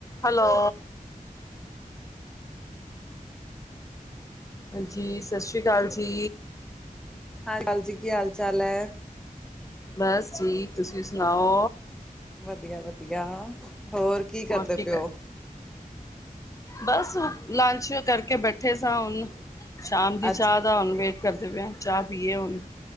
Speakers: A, on the left; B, in the centre.
A: Hello ਹਾਂਜੀ ਸਤਿ ਸ਼੍ਰੀ ਅਕਾਲ ਜੀ
B: ਸਤਿ ਸ੍ਰੀ ਅਕਾਲ ਜੀ ਕੀ ਹਾਲ ਚਾਲ ਹੈ
A: ਬਸ ਠੀਕ ਤੁਸੀਂ ਸੁਣਾਓ
B: ਵਧੀਆ ਵਧੀਆ ਹੋਰ ਕੀ ਕਰਦੇ
A: ਹੋਰ
B: ਪਿਓ
A: ਕਰ ਬਸ ਲੰਚ ਕਰਕੇ ਬੈਠੇ ਸਾਂ ਹੁਣ ਸ਼ਾਮ ਦੀ
B: ਅੱਛਾ
A: ਚਾਹ ਦਾ ਹੁਣ ਵੇਟ ਕਰਦੇ ਪਏ ਹ ਚਾਹ ਪੀਏ ਹੁਣ